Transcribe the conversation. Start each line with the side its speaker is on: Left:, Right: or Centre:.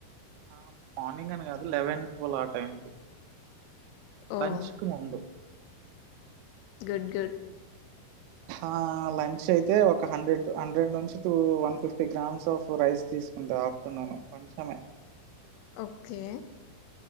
Right: ఆ మార్నింగ్ అని గాదు లెవెన్ టువల్ ఆ టైం కి
Left: ఓహ్!
Right: లంచ్ కు ముందు ఉ
Left: గడ్ గుడ్
Right: ఆ లంచ్ అయితే ఒక హండ్రెడ్ హండ్రెడ్ నుంచి two one fifty grams of rice తీసుకుంటా ఆఫ్టర్నూన్ కొంచమే
Left: ఒక్కే